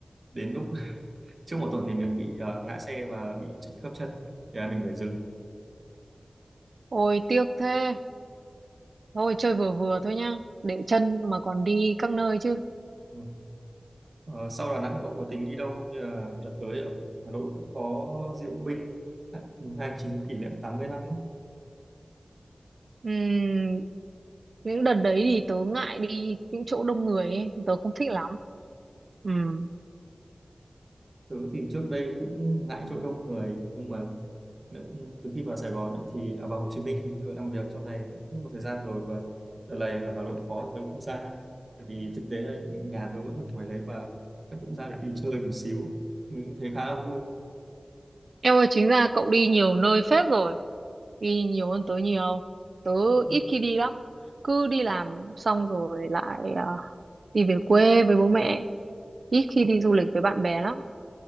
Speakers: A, on the right; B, on the right.
A: đến lúc <laughs> trước một tuần thì mình bị ờ, ngã xe và bị chật khớp chân thì là mình phải dừng
B: ôi tiếc thế thôi chơi vừa vừa thôi nhá để chân mà còn đi các nơi chứ
A: <laughs> Ờ, sau Đà Nẵng cậu có tính đi đâu không? như là đợt tới ở Hà Nội cũng có diễu binh à, mùng hai chín kỷ niệm 80 năm á.
B: Ừm, những đợt đấy thì tớ ngại đi những chỗ đông người ấy tớ không thích lắm Ừm.
A: Tớ thì trước đây cũng ngại chỗ đông người nhưng mà Nếu, cũng- từ khi vào Sài Gòn ấy, thì à, vào Hồ Chí Minh thì tôi làm việc trong này cũng một thời gian rồi và đợt này ở Hà Nội có tôi cũng ra bởi vì thực tế là nhà tôi vẫn ở ngoài đấy và chắc cũng ra để đi chơi một xíu mình cũng thấy khá là vui
B: Em ơi chính ra cậu đi nhiều nơi phết rồi đi nhiều hơn tớ nhiều tớ
A: Đó.
B: ít khi đi lắm cứ đi làm xong rồi lại à, đi về quê với bố mẹ ít khi đi du lịch với bạn bè lắm